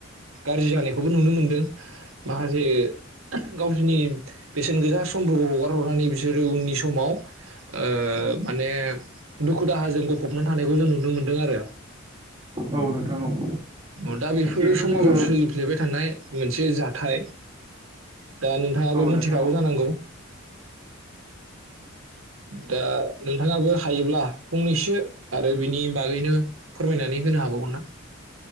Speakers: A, on the right; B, on the right.
A: गाज्रि जानायखौबो नुनो मोनदों माखासे गावसोरनि बेसेन गोसा समफोरखौ हगा हरनानै बिसोर नि समाव ओ माने दुखु दाहाजों ग फबनानै थानायखौ जों नुनो मोनदों आरो
B: औ नोंथां औ
A: अ दा बेफोरो
B: जिहेथु
A: समाजाव
B: जोङो
A: सोलिफ्लेबाय थानाय मोनसे जा थाइ दा नोंथाङाबो
B: औ
A: मिथिखागौ
B: नोंथां औ
A: जानांगौ उ दा नोंथाङाबो हायोब्ला फंनैसो आरो बिनि बागैनो फोरमायनानै होनो हाबावगोन ना?